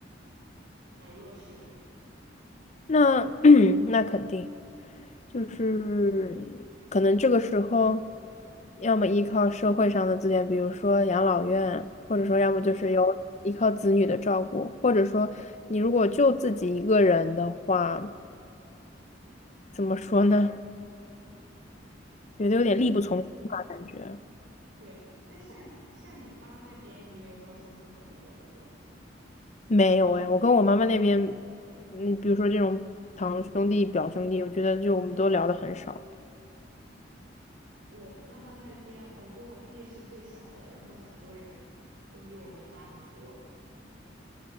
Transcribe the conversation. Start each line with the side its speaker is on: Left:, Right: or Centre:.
Right: 蛮弱势的。
Left: 那 <clears throat> 那肯定就是可能这个时候，要么依靠社会上的资源，比如说养老院，或者说要么就是有依靠子女的照顾，
Right: 嗯，
Left: 或者说你如果就自己一个人的话，怎么说呢？觉得有点力不从心吧，感觉
Right: 对。那像像你妈那边，你有没有关系很好的表哥表姐？
Left: 没有哎，我跟我妈妈那边，嗯，比如说这种堂兄弟、表兄弟，我觉得就我们都聊得很少。
Right: 我妈妈那边，我跟我弟是最小的，然后很多人都比我们大很多，